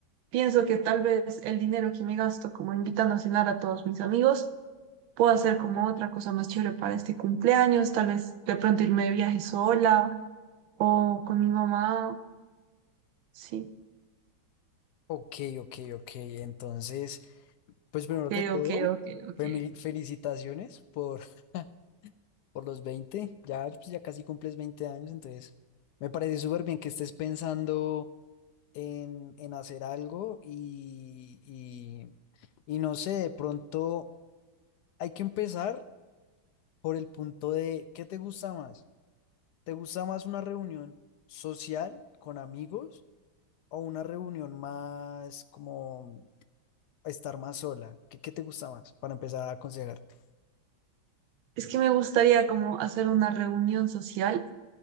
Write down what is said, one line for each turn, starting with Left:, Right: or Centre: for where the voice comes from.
Right: Pienso que tal vez el dinero que me gasto como invitando a cenar a todos mis amigos, puedo hacer como otra cosa más chévere para este cumpleaños, tal vez de pronto irme de viaje sola o con mi mamá. Sí.
Left: Ok, ok, ok. Entonces, pues primero
Right: Ok,
Left: que todo,
Right: ok, ok, ok.
Left: femi- felicitaciones por, <laughs> por los 20. Ya, pues, ya casi cumples 20 años, entonces me parece súper bien que estés pensando en, en hacer algo y, y, y no sé, de pronto hay que empezar por el punto de ¿qué te gusta más? ¿Te gusta más una reunión social con amigos? o una reunión más como estar más sola? ¿Qué, qué te gusta más para empezar a aconsejarte?
Right: Es que me gustaría como hacer una reunión social,